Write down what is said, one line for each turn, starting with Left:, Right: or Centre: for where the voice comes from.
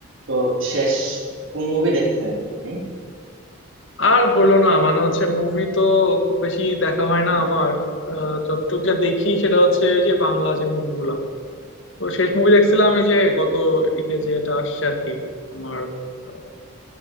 Right: তো শেষ কোন মুভি দেখছেন আপনি
Left: আর বললো না মানে হচ্ছে মুভি তো খুব বেশি দেখা হয় না আমার আহ, যতটুক যা দেখি সেটা হচ্ছে যে বাংলা যে মুভিগুলা তো শেষ মুভি দেখছিলাম এই যে গত ঈদে যে এটা আসছে আর কি আমার আহ,